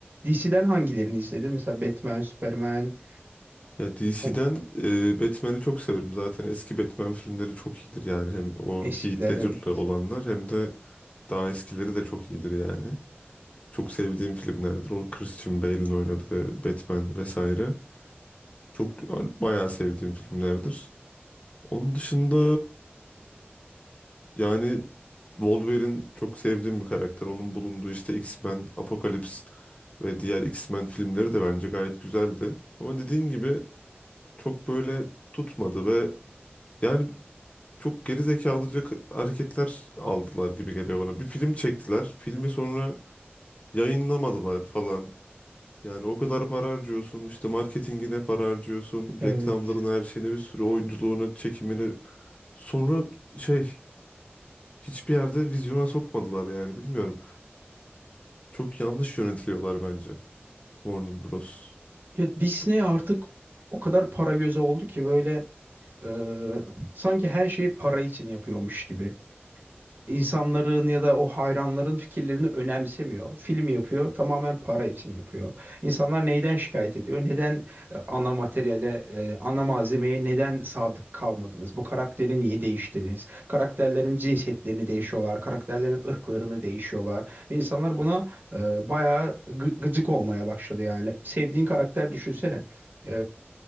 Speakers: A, on the right; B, on the left.
A: DC'den hangilerini izledin? Mesela Batman, Superman,
B: Ya DC'den
A: o-
B: e, Batman'i çok severim. Zaten eski Batman filmleri çok iyidir yani. Hem o
A: eskiler
B: Heath Ledger'lı
A: evet.
B: olanlar hem de daha eskileri de çok iyidir yani. Çok sevdiğim filmlerdir. O Christian Bale'in oynadığı Batman vesaire. Çok yani, bayağı sevdiğim filmlerdir. Onun dışında Yani Wolverine çok sevdiğim bir karakter. Onun bulunduğu işte X-Men, Apokalips ve diğer X-Men filmleri de bence gayet güzeldi. Ama dediğin gibi çok böyle tutmadı ve yani çok geri zekalıca k- hareketler aldılar gibi geliyor bana. Bir film çektiler. Filmi sonra yayınlamadılar falan. Yani o kadar para harcıyorsun, işte marketingine para harcıyorsun,
A: Evet.
B: reklamlarına her şeyine bir sürü oyunculuğuna, çekimine. Sonra şey hiçbir yerde vizyona sokmadılar yani bilmiyorum. Çok yanlış yönetiliyorlar bence Warner Bros.
A: Ya Disney artık o kadar para gözü oldu ki böyle e, sanki her şeyi para için yapıyormuş gibi. insanların ya da o hayranların fikirlerini önemsemiyor. Film yapıyor, tamamen para için yapıyor. İnsanlar neyden şikayet ediyor? Neden e, ana materyale, e, ana malzemeye neden sadık kalmadınız? Bu karakteri niye değiştiniz? Karakterlerin cinsiyetlerini değişiyorlar, karakterlerin ırklarını değişiyorlar. Ve insanlar buna e, bayağı gı- gıcık olmaya başladı yani. Sevdiğin karakter düşünsene. E,